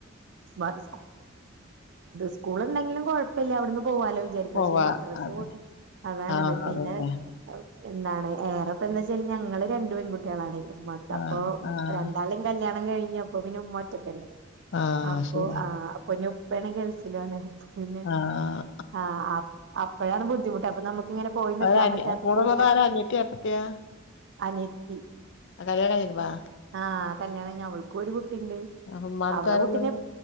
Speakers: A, on the right (about 60°); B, on the left (about 60°).
A: <unintelligible> സ്കൂളെണ്ടെങ്കിലും കൊഴപ്പല്ലാരുന്നു പോവാലോ വിചാരിക്കു
B: പോവാ
A: പക്ഷേ ഈ മദ്രസോട്ട്
B: അതെ.
A: അതാാണ്ത്
B: ആഹ്
A: പിന്നെ
B: അതന്നെ.
A: <unintelligible> എന്താണ് ഏറെപ്പന്താച്ചയിഞ്ഞാ ങ്ങള് രണ്ട് പെൺകുട്ട്യളാണേ ഉമ്മാക്ക് അപ്പൊ
B: ആഹ് ആഹ്
A: രണ്ടാളും കല്യാണം ണം കയ്ഞ്ഞപ്പോപിന്ന മ്മറ്റക്കല്ലേ
B: ആഹ്
A: അപ്പൊ
B: ശരി.
A: ആ അപ്പൊ പെണെ ഗൾഫിലാണ് <unintelligible>
B: ആഹ്.
A: ആ അപ് അപ്പഴാണ് ബുദ്ധിമുട്ട് അപ്പ നമുക്കിങ്ങനെ പോയി നിക്കാൻ
B: ആരാ അനി
A: പറ്റാത്തപ്പോ
B: കൂടെയുള്ളത്
A: ഉമ്മ <unintelligible>
B: <unintelligible>
A: അനിത്തി
B: കല്യാണം കഴിഞ്ഞിക്കണാ?
A: ആ കല്യാണഞ് അവൾക്ക് ഒരു കുട്ടീ ണ്ട്
B: അപ്പൊ ഉമ്മാടടുത്ത്
A: അവള
B: ആരാ
A: കുട്ടിന
B: ഉള്ളെ?